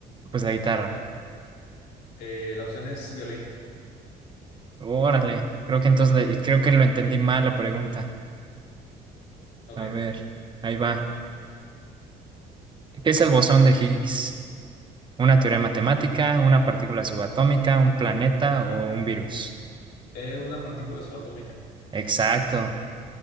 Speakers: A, on the right; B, on the left.
A: Pues la guitarra.
B: Eh, la opción es violín.
A: Órale. Creo que entonces le- creo que lo entendí mal la pregunta.
B: Ok.
A: A ver, ahí va. ¿Qué es el bosón de Higgs? ¿Una teoría matemática, una partícula subatómica, un planeta o un virus?
B: Eh, una partícula subatómica.
A: Exacto.